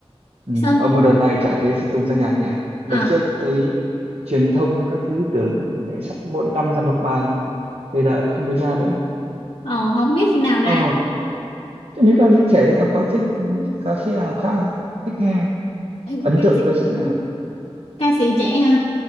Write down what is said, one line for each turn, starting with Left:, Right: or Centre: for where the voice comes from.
Right: ừ.
Left: Sơn
Right: ở một đợt này chả thấy sơn tùng ra nhạc nhỉ đợt
Left: à
Right: trước thấy truyền thông các thứ tưởng lại sắp mỗi năm ra một bài bây giờ lại không thấy ra nữa
Left: ồ <laughs> không biết khi nào ra
Right: ờ thế mấy ca sĩ trẻ thì em có thích ừ, ca sĩ nào khác không? thích nghe
Left: Ừ,
Right: ấn
Left: ca
Right: tượng
Left: sĩ,
Right: ca sĩ nào
Left: ca sĩ trẻ hả